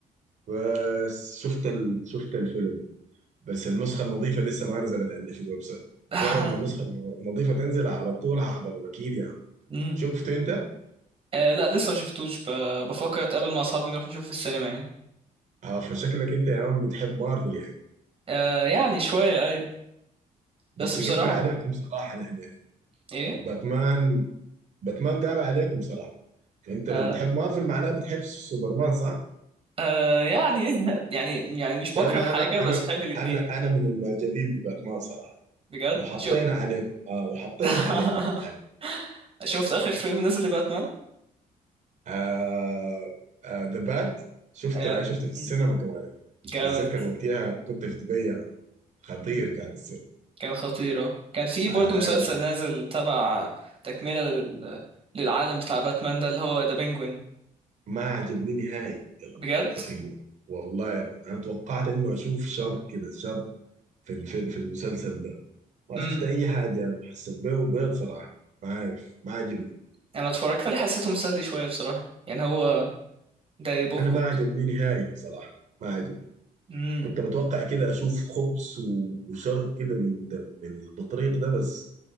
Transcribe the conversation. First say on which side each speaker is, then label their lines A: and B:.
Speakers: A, on the right; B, on the right.
A: بس شفت ال... شفت الفيلم بس النسخه النظيفه لسه ما نزلت عندي في الويب سايت
B: <laughs>
A: مجرد ما النسخه النظيفه تنزل على طول هحضر اكيد يعني
B: امم
A: شفت انت
B: آه لا لسه ما شفتوش ب... بفكر اتقابل مع اصحابي نروح نشوف في السينما يعني
A: اه فشكلك انت يا مان بتحب مارفل يعني
B: آه يعني شويه ايوه
A: بس
B: بس بصراحه
A: جبنا عليكم صراحه نحن يعني.
B: ايه
A: باتمان باتمان قاب عليكم صراحه فانت
B: آه
A: لو بتحب مارفل معناه بتحب سوبرمان صح
B: آه يعني <laughs> يعني يعني مش بكره
A: يلا
B: حاجه
A: انا
B: بس
A: انا
B: بحب الاتنين
A: انا
B: يعني
A: انا من المعجبين بباتمان صراحه
B: بجد
A: وحطينا
B: شو
A: عليكم اه وحطينا
B: <laughs>
A: عليكم يا معلم
B: شفت اخر فيلم نزل لباتمان
A: آه آه ذا باد شفته
B: آه،
A: شفته في
B: مم.
A: السينما كمان يعني.
B: جامد
A: بتذكر وقتها كنت في دبي يعني. خطير
B: مم.
A: كان السينما
B: كان خطير آه. كان في
A: آه
B: برضو مسلسل
A: اي آه والله
B: نازل تبع تكمله لل... للعالم بتاع باتمان ده اللي هو ذا بينجوين
A: ما عجبني نهائي يلا
B: بجد
A: ذا بينجوين والله يعني. انا توقعت انه اشوف شر كده شر في الفيلم في المسلسل ده ما
B: امم
A: شفت اي حاجه يعني. حسيت بيه وبيض صراحه ما عارف ما عجبني
B: انا اتفرجت عليه حسيته مسلي شويه بصراحه يعني هو ده بوب
A: انا
B: كورن
A: ما عجبني نهائي صراحه ما عجبني
B: امم
A: كنت متوقع كده اشوف خبز و- وشر كده من ده من البطريق ده بس